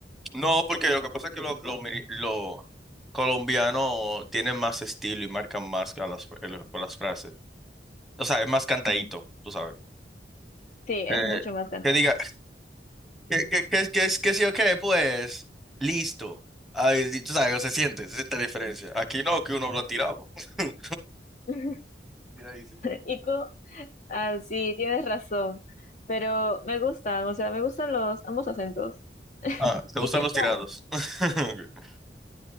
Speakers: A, in the centre; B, on the left.
A: No, porque lo que pasa es que los lo, lo mi- lo colombianos tienen más estilo y marcan más a las, el- con las frases. O sea, es más cantadito,
B: Ajá.
A: tú sabes.
B: Sí,
A: Eh,
B: es mucho más cantante.
A: que diga, que, que, que, que, que sí o qué, pues, listo. Ay, y tú sabes, se siente, se siente la diferencia. Aquí no, que uno habla tirado. <laughs>
B: <laughs>
A: Tiradísimo.
B: ¿Y tú? Ah, sí, tienes razón. Pero me gustan, o sea, me gustan los ambos acentos.
A: Ah, ¿te
B: ¿Y
A: gustan
B: qué
A: los tirados?
B: tal?
A: <laughs>